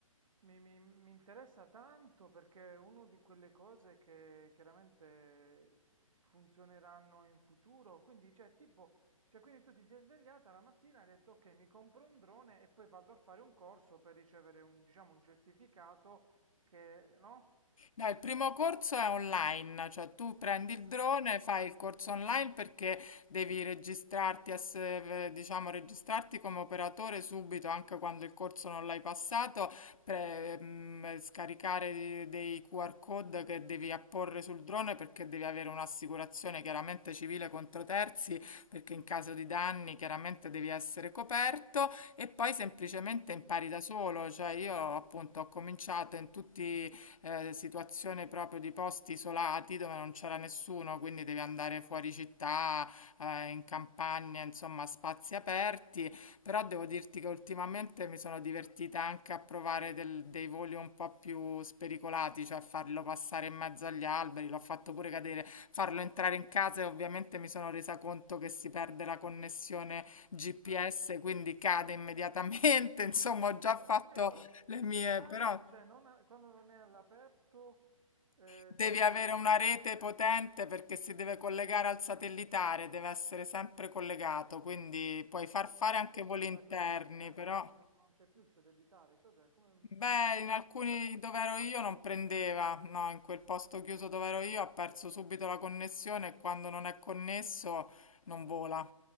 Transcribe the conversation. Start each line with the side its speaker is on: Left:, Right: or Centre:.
Right: mi- mi- mi interessa tanto perché è una di quelle cose che chiaramente funzioneranno in futuro. Quindi, cioè, tipo, cioè, quindi tu ti sei svegliata la mattina e hai detto, ok, mi compro un drone e poi vado a fare un corso per ricevere un, diciamo, un certificato che, no?
Left: No, il primo corso è online, cioè tu prendi il drone,
Right: Ah,
Left: fai il corso online perché devi registrarti, ess- diciamo, registrarti come operatore subito, anche quando il corso non l'hai passato, pre- mm, scaricare di- dei QR code che devi apporre sul drone perché devi avere un'assicurazione chiaramente civile contro terzi, perché in caso di danni chiaramente devi essere coperto e poi semplicemente impari
Right: bello.
Left: da solo, cioè io appunto ho cominciato in tutti eh, situazione proprio di posti isolati dove non c'era nessuno, quindi devi andare fuori città, eh, in campagna, insomma, a spazi aperti. Però devo dirti che ultimamente mi sono divertita anche a provare del- dei voli un po' più spericolati, cioè farlo passare in mezzo agli alberi, l'ho fatto pure cadere, farlo entrare in casa e ovviamente mi sono resa conto che si perde la connessione GPS,
Right: Ah,
Left: quindi cade immediatamente. <laughs> Insomma, ho già
Right: Davvero?
Left: fatto le mie,
Right: In casa?
Left: però.
Right: Cioè, non a- quando non è all'aperto, eh,
Left: Devi
Right: si...
Left: avere una
Right: Che
Left: rete
Right: succede?
Left: potente perché si deve collegare al satellitare, deve essere sempre collegato, quindi puoi far fare
Right: E perché
Left: anche
Right: in
Left: voli
Right: casa
Left: interni,
Right: cos'è? In casa
Left: però...
Right: non, non c'è più il satellitare, cos'è? Come
Left: Beh,
Right: ci sono
Left: in alcuni
Right: troppe... mo-
Left: dove ero
Right: troppe-
Left: io non prendeva, no, in quel posto chiuso dove ero io ha perso subito la connessione e quando non è connesso non vola.